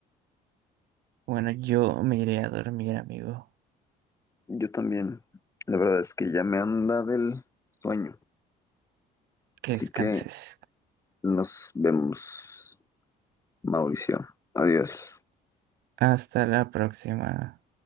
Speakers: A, on the right; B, on the left.
A: Bueno, yo me iré a dormir, amigo.
B: Yo también. La verdad es que ya me anda del sueño.
A: Que
B: Así
A: descanses.
B: que nos vemos, Mauricio. Adiós.
A: Hasta la próxima.